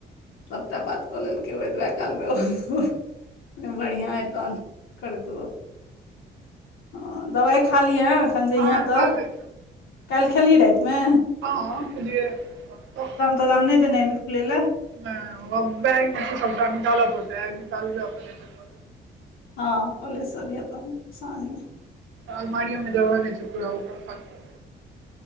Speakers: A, on the left; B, on the right.
A: सबटा बात कऽ लेलकै ओ ओतवै कालमे बड़िया एत तहन करत रहो हा दबाइ खा लिहें एखन जहियै
B: हँ
A: तऽ
B: खा लै
A: काइल खेलहीन राइतमे
B: हाँ खेलियै कहलीयो तो
A: बदाम नैय देनेहेबहि फुलैले
B: नैय ओ बैंग में छै सबटा निकालाअ पड़तै अय निकालिय बनेबै त
A: हाँ कॉलेज से अभीय तहन साँझमे
B: अलमारियोमे जगह नैय छउ पुड़ा उपर तक